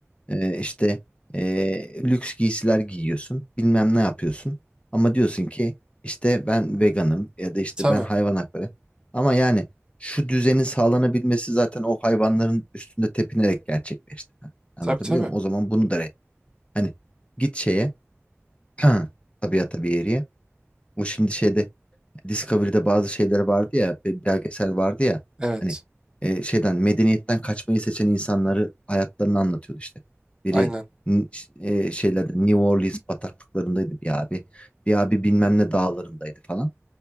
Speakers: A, on the left (about 25°); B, on the right (about 15°).
A: Ee, işte ee, lüks giysiler giyiyorsun, bilmem ne yapıyorsun. Ama diyorsun ki işte ben veganım ya da işte
B: E, Tabii.
A: ben hayvan hakları. Ama yani şu düzenin sağlanabilmesi zaten o hayvanların üstünde tepinerek gerçekleşti. Anlatabiliyor
B: Tabii tabii.
A: muyum? O zaman bunu da red. Hani git şeye, <clears throat> tabiata bir yeriye. O şimdi şeyde Discovery'de bazı şeyler vardı ya, bir belgesel vardı ya.
B: Evet.
A: Hani e, şeyden medeniyetten kaçmayı seçen insanları hayatlarını anlatıyordu işte. Biri
B: Aynen.
A: n- ş- e, şeylerde New Orleans bataklıklarındaydı bir abi. Bir abi bilmem ne dağlarındaydı falan.